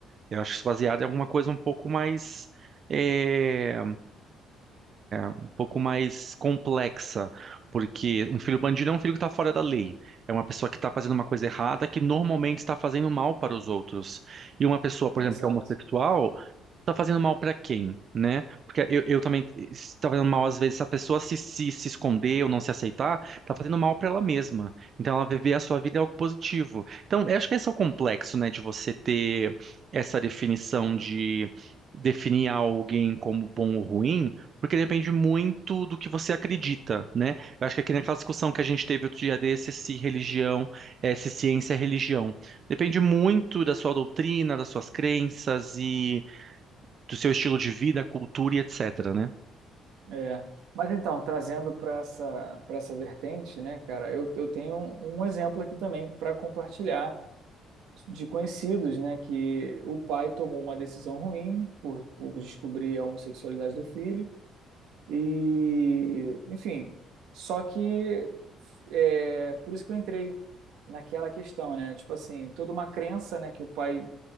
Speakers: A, on the right; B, on the right.
A: Eu acho isso baseado em alguma coisa um pouco mais eh, um pouco mais complexa, porque um filho bandido é um filho que está fora da lei, é uma pessoa que está fazendo uma coisa errada que normalmente está fazendo mal para os outros. E uma pessoa, por exemplo,
B: Exato.
A: que é homossexual, tá fazendo mal pra quem, né? Porque eu, eu também se tá fazendo mal às vezes, se a pessoa se, se, se esconder ou não se aceitar, tá fazendo mal pra ela mesma. Então ela viver a sua vida é algo positivo. Então, eu acho que esse é o complexo, né, de você ter essa definição de definir alguém como bom ou ruim. Porque depende muito do que você acredita, né? Eu acho que aqui naquela discussão que a gente teve outro dia desse, se religião, é, se ciência é religião. Depende muito da sua doutrina, das suas crenças e do seu estilo de vida, cultura e etc, né?
B: É. Mas então, trazendo para essa, para essa vertente, né, cara, eu, eu tenho um um exemplo aqui também para compartilhar de conhecidos, né, que o pai tomou uma decisão ruim por, por descobrir a homossexualidade do filho e, enfim, só que é por isso que eu entrei naquela questão, né, tipo assim, toda uma crença, né, que o pai